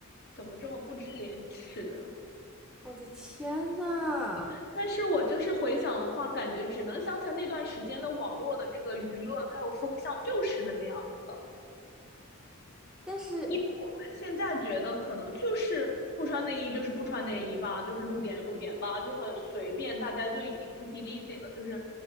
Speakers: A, on the left; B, in the centre.
A: 怎么这么不知廉耻？
B: 我的天呐！
A: 但是我就是回想的话，感觉只能想起来那段时间的网络的这个舆论还有风向就是那个样子的。
B: 但是
A: 因为我们现在觉得可能就是不穿内衣就是不穿内衣吧，就是露点露点吧，就很随便，大家就已经 take it easy 了，就是，